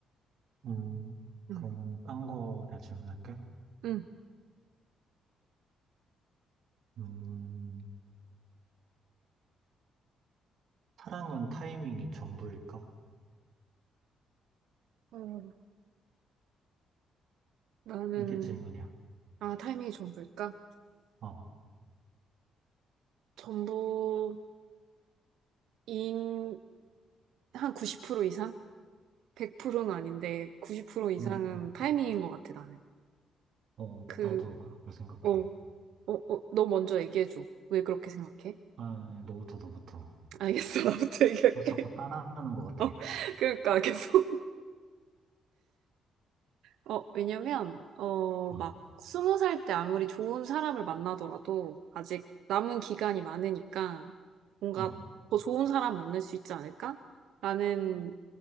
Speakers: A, on the right; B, on the right.
A: 응. 그러면
B: 응
A: 딴 거 나 질문할게.
B: 응.
A: 음. 사랑은 타이밍이 전부일까?
B: 어, 나는,
A: 이게 질문이야.
B: 아, 타이밍이 전부일까?
A: 어,
B: 전부, 인, 한 90% 이상? 100%는 아닌데, 90% 이상은
A: 음, 음.
B: 타이밍인 것 같아, 나는.
A: 어,
B: 그,
A: 나도 그렇게 생각해.
B: 어, 어, 어, 너 먼저 얘기해줘. 왜 그렇게 생각해?
A: 아, 너부터, 너부터.
B: 알겠어, <laughs> 나부터 얘기할게.
A: 너 자꾸 따라하는 것 같아.
B: 어, 그러니까, <laughs> 계속. 어, 왜냐면, 어,
A: 어,
B: 막, 스무 살 때 아무리 좋은 사람을 만나더라도, 아직 남은 기간이 많으니까, 뭔가
A: 어,
B: 더 좋은 사람 만날 수 있지 않을까? 라는